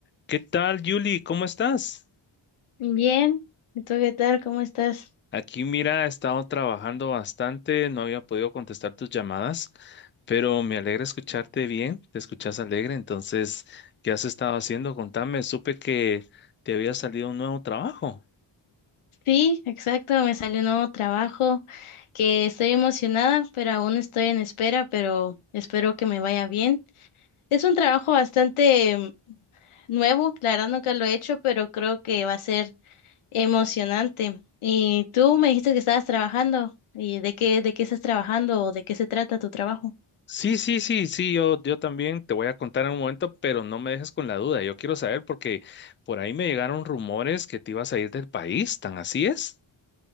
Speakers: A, on the left; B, on the left.
A: ¿Qué tal, Yuli? ¿Cómo estás?
B: Bien, ¿y tú qué tal? ¿Cómo estás?
A: Aquí, mira, he estado trabajando bastante, no había podido contestar tus llamadas, pero me alegra escucharte bien, te escuchas alegre, entonces, ¿qué has estado haciendo? Contame, supe que te había salido un nuevo trabajo.
B: Sí, exacto, me salió un nuevo trabajo que estoy emocionada, pero aún estoy en espera, pero espero que me vaya bien. Es un trabajo bastante mm, nuevo, la verdad nunca lo he hecho, pero creo que va a ser emocionante. Y tú me dijiste que estabas trabajando, ¿y de qué, de qué estás trabajando o de qué se trata tu trabajo?
A: Sí, sí, sí, sí, yo, yo también te voy a contar en un momento, pero no me dejes con la duda, yo quiero saber porque por ahí me llegaron rumores que te ibas a ir del país, ¿tan así es?